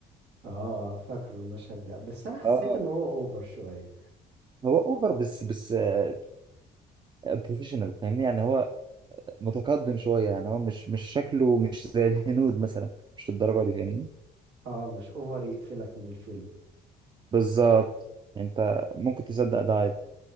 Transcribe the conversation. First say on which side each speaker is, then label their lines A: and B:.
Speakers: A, on the right; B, on the right.
A: اه آه، فاكره المشهد ده بس انا حسيت
B: اه
A: ان هو اوفر شوية
B: هو اوفر بس بس آه بروفيشنال فاهمني يعني هو متقدم شوية يعني هو مش مش شكله مش زي الهنود مثلا مش للدرجة دي فاهمني
A: اه مش اوفر يقفلك من الفيلم
B: بالظبط يعني انت ممكن تصدق ده عادي